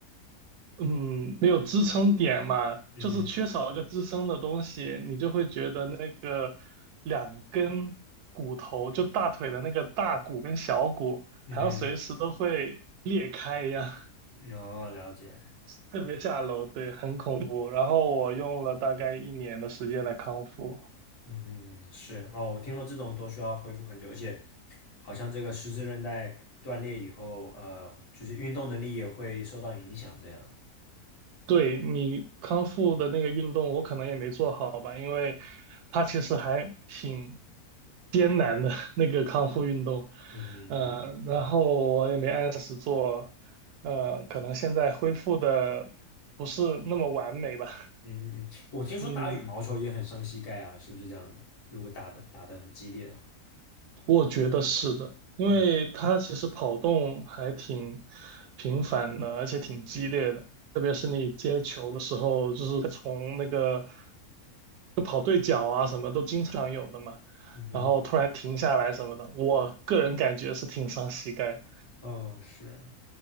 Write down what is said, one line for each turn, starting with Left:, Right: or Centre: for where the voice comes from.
Right: 嗯，没有支撑点嘛，
Left: 嗯哼
Right: 就是缺少了个支撑的东西，你就会觉得那个两根骨头，就大腿的那个大骨跟小骨，
Left: 嗯
Right: 好像随时都会裂开一样，<laughs>
Left: 哼，哦，了解。
Right: 特别下楼，对，很恐怖。然后我用了大概一年的时间来康复。
Left: 嗯哼，是哦，我听说这种都需要恢复很久，而且好像这个十字韧带断裂以后，呃，就是运动能力也会受到影响，这样。
Right: 对你康复的那个运动，我可能也没做好吧，因为它其实还挺艰难的 <laughs> 那个康复运动，
Left: 嗯哼嗯哼，
Right: 嗯，
Left: 是，
Right: 然后我也没按时做，呃，可能现在恢复的不是那么完美吧，
Left: 嗯嗯嗯，我听说打羽毛球也很伤膝盖啊，
Right: <laughs> 嗯。
Left: 是不是这样子？如果打的打的很激烈的话，
Right: 我觉得是的，因为他其实跑动还挺
Left: 嗯
Right: 频繁的，而且挺激烈的，特别是你接球的时候，就是从那个就跑对角啊什么都经常有的嘛，
Left: 嗯哼，
Right: 然后突然停下来什么的，我个人感觉是挺伤膝盖的
Left: 哦是，